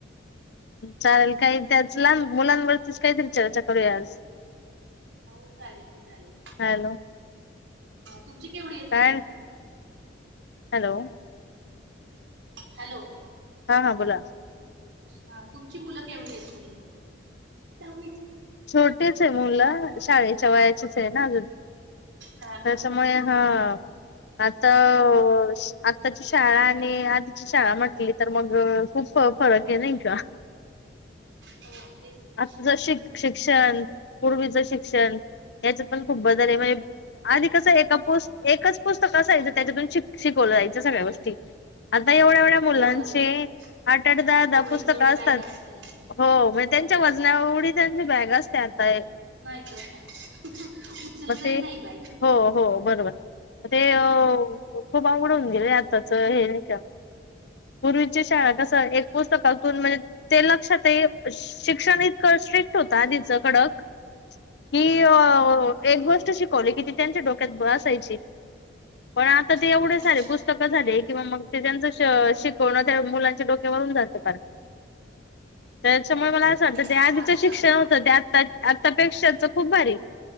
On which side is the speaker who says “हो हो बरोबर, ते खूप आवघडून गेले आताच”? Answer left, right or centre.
Left